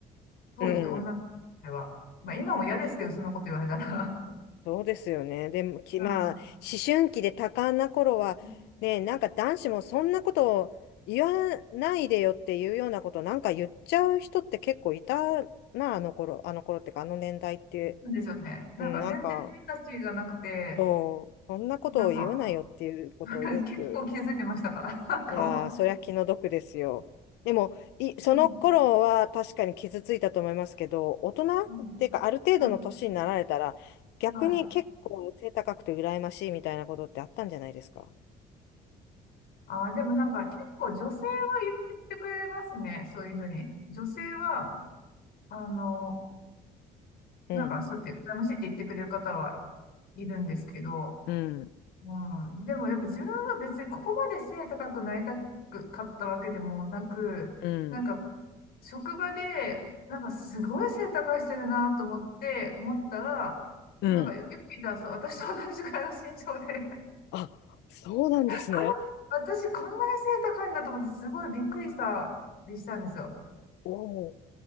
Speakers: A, on the left (about 65°); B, on the left (about 85°).
A: 当時、
B: うん。
A: 女の子では。まあ今も嫌ですけど、そんなこと言われたら。
B: そうですよね。でも、き、
A: <laughs> は
B: まあ、思春期で多感な頃は、
A: い。
B: ね、なんか男子もそんなことを言わないでよっていうようなことなんか言っちゃう人って結構いたな、あの頃、あの頃っていうか、あの年代って。
A: なんでしょうね。なんか全然デリカシーがなくて、
B: うん、なんか、そう、そんなことを言わないよっていうことをよく
A: なんか、<laughs> 結構気づいてましたから、<laughs> なんかも
B: いやー、そりゃ気の毒ですよ。でも、い、その頃は確かに傷ついたと思いますけど、
A: うん
B: 大人っていうか、
A: は
B: ある程度の年になられたら、
A: い、はい、
B: 逆に結構背高くて羨ましいみたいなことってあったんじゃないですか。
A: はい。ああ、でもなんか結構女性は言ってくれますね。そういうふうに。女性は、あの、
B: うん。
A: なんかそうやって羨ましいって言ってくれる方はいるんですけど、
B: うん、
A: うん。でもやっぱ自分は別にここまで背高くなりたくかったわけでもなく、
B: うん、
A: なんか職場で、なんかすごい背高い人いるなと思って、思ってたら、
B: うん。
A: なんかよよく見たら、そう、私と同じくらいの身長で
B: あ、そうなんですね。
A: あれ私、こんなに背高いんだと思って、すごいびっくりした、でしたんですよ。
B: おお、